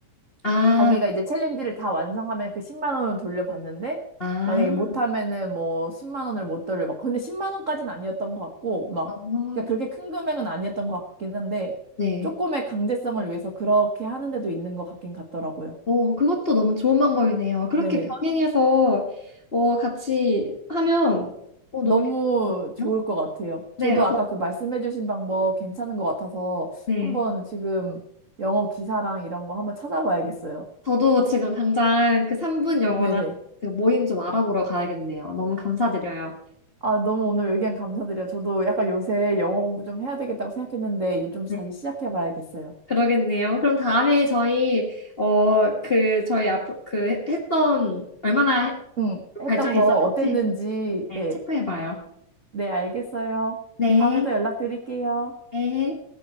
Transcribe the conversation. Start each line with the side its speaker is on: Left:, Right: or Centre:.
Left: 아,
Right: 자기가 이제 챌린지를 다 완성하면 그 10만 원을 돌려받는데
Left: 아,
Right: 만약에 못하면은 뭐 10만 원을 못 돌려받고 근데 10만 원까지는 아니었던 것 같고 막
Left: 어,
Right: 그러니까 그렇게 큰 금액은 아니었던 것 같긴 한데
Left: 네.
Right: 조금의 강제성을 위해서 그렇게 하는 데도 있는 것 같긴 같더라고요.
Left: 어, 그것도 너무 좋은 방법이네요. 그렇게
Right: 네네.
Left: 병행해서 어, 같이 하면 어, 너무
Right: 너무
Left: 괜찮을 것
Right: 좋을
Left: 같아요.
Right: 것 같아요.
Left: 네,
Right: 저도 아까
Left: 저,
Right: 그 말씀해주신 방법 괜찮은 것 같아서
Left: 네.
Right: 한번 지금 영어 기사랑 이런 거 한번 찾아봐야겠어요.
Left: 저도 지금 당장 그 3분 영어랑
Right: 네네.
Left: 그 모임 좀 알아보러 가야겠네요. 너무 감사드려요.
Right: 아, 너무 오늘 의견 감사드려요. 저도 약간 요새 영어 공부 좀 해야 되겠다고 생각했는데, 이제 좀 다시
Left: 네,
Right: 시작해 봐야겠어요.
Left: 그러겠네요. 그럼 다음에 저희 어, 그 저희 앞으로 그 했던 얼마나
Right: 응, 했던
Left: 발전이
Right: 거
Left: 있었는지
Right: 어땠는지,
Left: 네,
Right: 예.
Left: 체크해 봐요.
Right: 네, 알겠어요.
Left: 네.
Right: 다음에 또 연락드릴게요.
Left: 네.